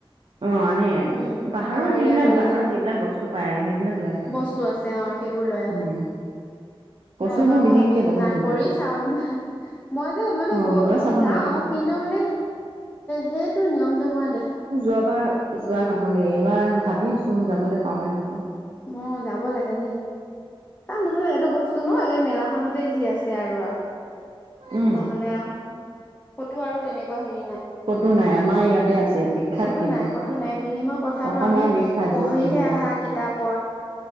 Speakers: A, on the right; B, on the left.
A: অ আনে
B: উম
A: পাহাৰৰ
B: পাহাৰীয়া
A: যিবিলাক
B: কলডিল
A: পাহাৰত যিবিলাক বস্তু পায় আৰু সেইবিলাক লৈ আহে আৰু।
B: বস্তু আছে সেইবোৰ লৈ আহে,
A: উম কচুবোৰ
B: নাই এবাৰ মই
A: বিশেষকে
B: ভাবিছো
A: বহুত
B: নাই
A: ধুনীয়া
B: কৰি চাম মই মই ন
A: অ
B: গৈ
A: চাব
B: যাওঁ,
A: লাগে
B: কিন্তু মানে সেইটো নিয়ম তোমাৰ
A: যোৱাবাৰ যোৱা নহ'লেই, এইবাৰ ভাবি আছো যাবলৈ পাও নে নাপাও।
B: অ' যাব লাগে দেই। কাৰণ নহ'লে এইটো বস্তু <unintelligible> ন এই মেলাখনতে যি আছে আৰু।
A: উম
B: নহ'লে আও, ক'তো আৰু তেনেক <inaudible>
A: কতো নাই আমাৰ ইয়াতে আছে বিখ্যাত
B: ক'তো
A: কিন্তু,
B: নাই ক'তো নাই বিনিময় প্ৰথাটো
A: অসমৰ
B: আমি
A: বিখ্যাত
B: পঢ়িহে
A: জোনবিল মলা।
B: আহা কিতাপত